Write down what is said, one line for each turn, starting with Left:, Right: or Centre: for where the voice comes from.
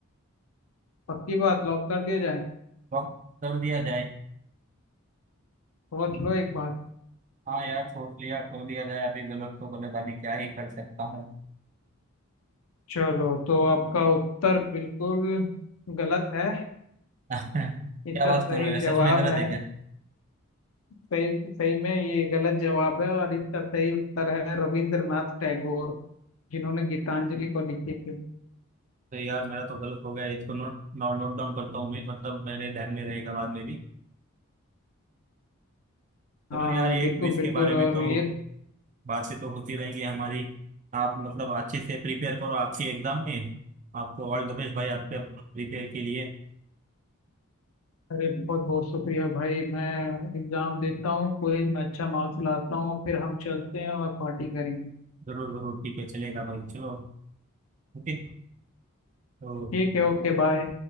Left: पक्की बात लॉक कर दिया जाए
Right: वक्त कर दिया जाए
Left: सोच लो एक बार
Right: हाँ यार सोच लिया कर दिया जाए अभी गलत तो गलत अभी क्या ही कर सकता हूँ
Left: चलो तो आपका उत्तर बिल्कुल गलत है
Right: <laughs> क्या
Left: इसका
Right: बात
Left: सही
Right: कर रहे हो यार, सच
Left: जवाब
Right: में गलत
Left: है
Right: है क्या
Left: सही सही में ये गलत जवाब है और इसका सही उत्तर है रविंद्रनाथ टैगोर जिन्होंने गीतांजलि को लिखी थी
Right: तो यार मेरा तो गलत हो गया इसको नोट नोट नोट डाउन करता हूँ मैं मतलब मेरे ध्यान में रहेगा बाद में भी सुनो
Left: हाँ
Right: यार
Left: हाँ
Right: ये
Left: बिल्कुल
Right: क्विज
Left: बिल्कुल
Right: के बारे
Left: और
Right: में तो
Left: ये
Right: बातें तो होती रहेंगी हमारी आप मतलब अच्छे से प्रिपेयर करो आपके एग्जाम में आपको ऑल द बेस्ट भाई आपके प्रिपेयर के लिए
Left: अरे बहुत बहुत शुक्रिया भाई मैं एग्जाम देता हूँ क्विज में अच्छा मार्क्स लाता हूँ फिर हम चलते हैं और पार्टी करेंगे
Right: जरूर जरूर ठीक है चलेगा भाई चलो ओके तो
Left: ठीक है ओके बाय